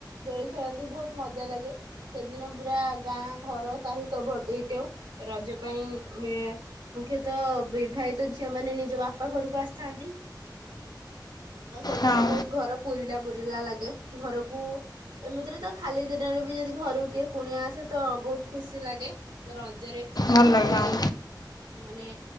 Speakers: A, on the right (about 90°); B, on the left (about 60°).
A: ଦୋଳି ଖେଳନ୍ତି ବହୁତ ମଜା ଲାଗେ ସେଦିନ ପୁରା ଗାଁ ଘର ସାହି ସବୁ ଭର୍ତ୍ତି ହେଇଥିବ ରଜ ପାଇଁ ମୁଖ୍ୟତଃ ବିବାହିତ ଝିଅ ମାନ ନିଜ ବାପା ଘରକୁ ଆସିଥାନ୍ତି। ତ ସେଦିନ
B: ହଁ
A: ବହୁତ ଘର ପୁରିଲା ପୁୁରିଲା ଲାଗେ ଘରକୁ ଏମିତିରେ ତ ଖାଲି ଦିନରେ ବି ଯଦି ଘରୁକୁ କିଏ କୁଣିଆ ଆସେ ତ ବହୁତ ଖୁସି ଲାଗେ ତ ରଜରେ ଗୋଟେ
B: ଭଲ ଲାଗେ ହଁ
A: ମାନେ